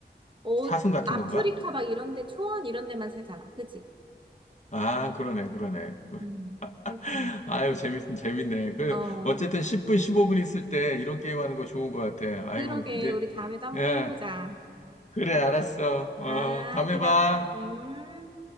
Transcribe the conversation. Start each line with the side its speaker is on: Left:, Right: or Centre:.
Right: 어,
Left: 사슴 같은
Right: 아프리카
Left: 건가?
Right: 막 이런 데 초원 이런 데만 살잖아. 그치?
Left: 아, 그러네, 그러네. <laughs>
Right: 음, 그치.
Left: 아유, 재밌, 재밌네. 그,
Right: 어,
Left: 어쨌든 10분, 15분 있을 때 이런 게임 하는 거 좋은 것 같아. 아유,
Right: 그러게.
Left: 이제,
Right: 우리 다음에도 한번
Left: 예,
Right: 또 해보자.
Left: 그래, 알았어. 어,
Right: 아,
Left: 다음에
Right: 들어가.
Left: 봐.
Right: 음.